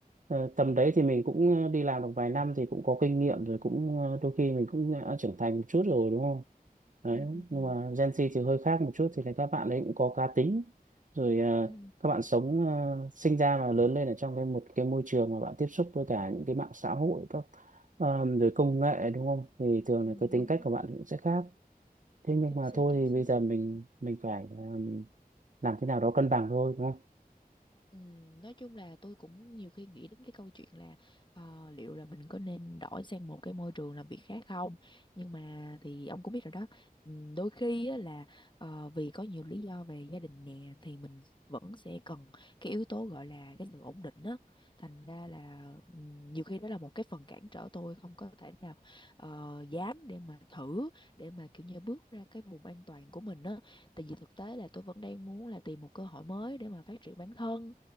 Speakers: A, on the right (about 55°); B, on the left (about 30°).
A: ờ, tầm đấy thì mình cũng ờ, đi làm được vài năm thì cũng có kinh nghiệm rồi cũng ờ, đôi khi mình cũng đã trưởng thành một chút rồi đúng không đấy
B: ừ, ừ, ừ,
A: nhưng mà Gen Z thì hơi khác một chút thì là các bạn ấy cũng có cá tính rồi ờ,
B: ừ,
A: các bạn sống ờ, sinh ra và lớn lên ở trong cái một cái môi trường mà bạn tiếp xúc với cả những cái mạng xã hội các ờ, rồi công nghệ đúng không thì thường
B: ừ,
A: là cái tính
B: đúng
A: cách
B: rồi
A: của bạn cũng sẽ khác thế nhưng
B: chính
A: mà
B: xác
A: thôi
B: chính
A: thì
B: xác
A: bây giờ mình mình phải um, làm thế nào đó cân bằng thôi đúng không
B: Ừm, nói chung là tôi cũng nhiều khi nghĩ đến cái câu chuyện là ờ, liệu là mình có nên đổi sang một cái môi trường làm việc khác không nhưng mà thì ông cũng biết rồi đó ừm, đôi khi á, là ờ, vì có nhiều lý do về gia đình nè thì mình vẫn sẽ cần cái yếu tố gọi là cái sự ổn định á thành ra là ừm, nhiều khi đó là một cái phần cản trở tôi không có thể nào ờ, dám để mà thử để mà kiểu như bước ra cái vùng an toàn của mình á tại vì thực tế là tôi vẫn đang muốn là tìm một cơ hội mới để mà phát triển bản thân